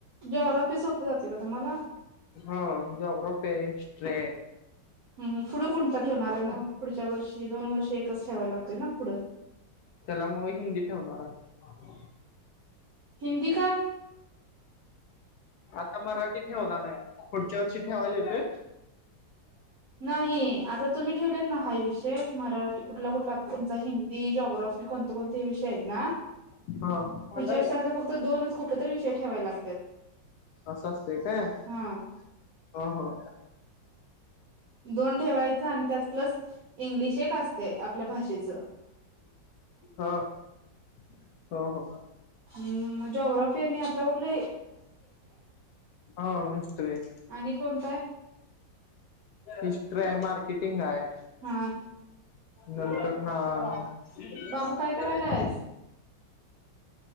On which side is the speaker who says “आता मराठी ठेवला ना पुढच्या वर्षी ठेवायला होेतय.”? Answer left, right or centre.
Left